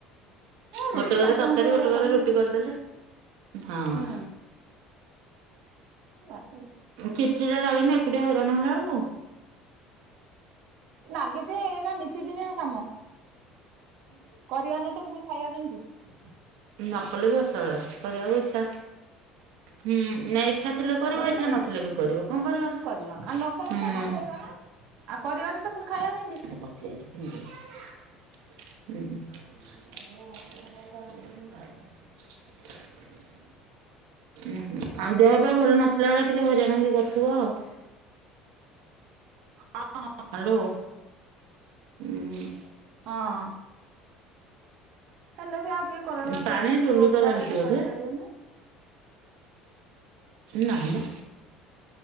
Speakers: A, on the right; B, on the right.
A: ଏ
B: ଗୋଟେ
A: ରୁଟି
B: କରେ
A: ପାଞ୍ଚ
B: ତରକାରୀ
A: ଖଣ୍ଡ ଭଳିଆ
B: ଗୋଟେ
A: କରି
B: କରେ ରୁଟି କରିଦେଲେ ହଁ।
A: ହୁଁ ହ ଆସ
B: ଚିଡି ଚିଡାଲାଗେନି ଏକୁଟିଆ ହଇରାଣ ହେଲା ଏଳକୁ।
A: ଲାଗେ ଯେ ଏଇଟା ନିତିଦିନିଆ କାମ କରିବାନି ତ ଫୁ ଖାଇବା କେମତି।
B: ନକଲେ ବି ଅଚଳ କରିବାକୁ ଇଚ୍ଛା ହୁଁ ନାଇଁ ଇଛା ଥିଲେ କରିବ
A: ନହେଲେ
B: ଇଚ୍ଛା ନଥିଲେ ବି କରିବ କଣ କରିବ
A: ପୁଣି କରିବା ଆଉ ନ କଲେ
B: ହୁଁ?
A: ତ ନ ଖାଇବା ନା ଆଉ କରିବାନି ତ ପୁଣି ଖାଇବା କେମିତି?
B: ପଚି ଯାଇଚି। <unintelligible> <unintelligible> <inaudible> ଉଁ ହୁଁ ଆଉ ଦେହ ପା ଭଲ ନଥି ହେଲାବେଳେ ଟିକେ ହଇରାଣ ହେଇକି ଧରୁଥିବ ଆଉ।
A: <unintelligible>
B: ହ୍ୟାଲୋ ଉଁ।
A: ହଁ। ହେନେ ବି ଆଉ କିଏ କରେଇବାକୁ
B: ଉଁ ପାଣି
A: ଅଛନ୍ତି
B: ଟୁଲୁ
A: ପୁଅ
B: ତ
A: ପିଲାରା
B: ଲାଗିଛି
A: ଏରା
B: ବୋଧେ
A: କରିପାରିବେନି।
B: ନା ମ।